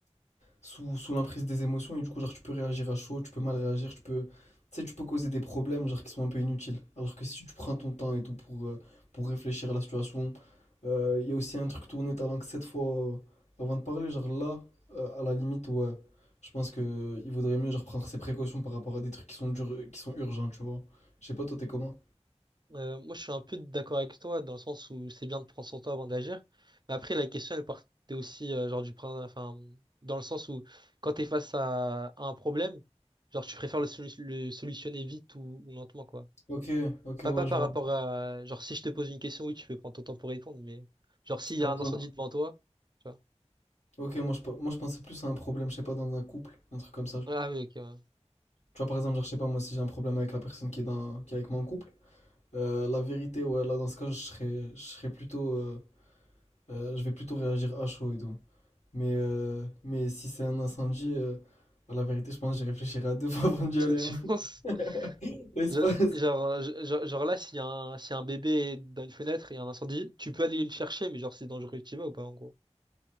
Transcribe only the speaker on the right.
Euh, moi, je suis un peu d'accord avec toi dans le sens où c'est bien de prendre son temps avant d'agir. Mais après, la question, elle partait aussi euh, genre du prin- enfin, dans le sens où quand t'es face à, à un problème, genre, tu préfères le, solu- le solutionner vite ou, ou lentement, quoi.
Pas,
pas par
rapport à. Genre, si je te pose une question, oui, tu peux prendre ton temps pour répondre, mais. Genre, s'il y
a un
incendie devant toi, tu vois.
Ouais, Ah oui, ok. ouais.
<laughs>
Tu
penses?
Genre,
genre, genre- genre là, s'il y a un, s'il y a un bébé dans une fenêtre et il y a un incendie, tu peux aller le chercher, mais genre, c'est dangereux, tu y vas ou pas, en gros?